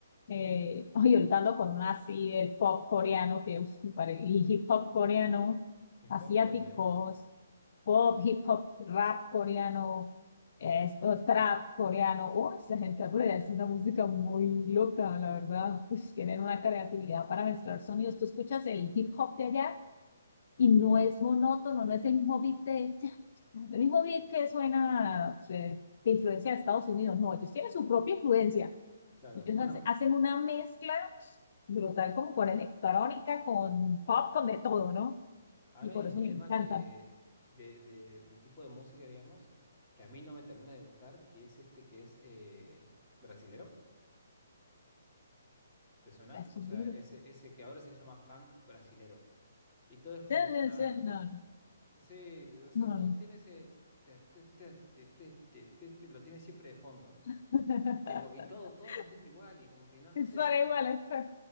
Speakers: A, on the left; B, in the centre.
A: Eh, <laughs> oye, ahorita ando con una así del pop coreano, que uf, me pare- y hip hop coreano,
B: El
A: asiáticos,
B: pop coreano,
A: pop, hip hop, rap coreano, esto, trap coreano. Uy, esa gente rueda, es una música muy loca, la verdad. Pues tienen una creatividad para mezclar sonidos. ¿Tú escuchas el hip hop de allá? y no
B: mm,
A: es monótono, no es el mismo beat de, ya, el mismo beat que suena eh, de influencia de Estados Unidos, no, ellos tienen su propia influencia,
B: claro,
A: ellos
B: bueno,
A: hace- hacen una mezcla brutal como con electrónica, con pop, con de todo, ¿no?
B: ahora
A: Y por
B: hay un
A: eso
B: tema
A: me encanta.
B: que de, de- del tipo de música, digamos, que a mí no me termina de gustar, que es este que es eh, brasilero. ¿Te suena?
A: Asumir.
B: O sea, ese, ese que ahora se llama funk brasilero. Y todo es como
A: <laughs>
B: que suena
A: No,
B: Sí, o sea,
A: no. no.
B: todo tiene ese... te- te- te- te- te- te- te- te- lo tiene siempre de fondo.
A: <laughs>
B: Tipo, y todo, todos lo tienen igual y como que no, no sé,
A: Suena
B: no term-
A: igual, es-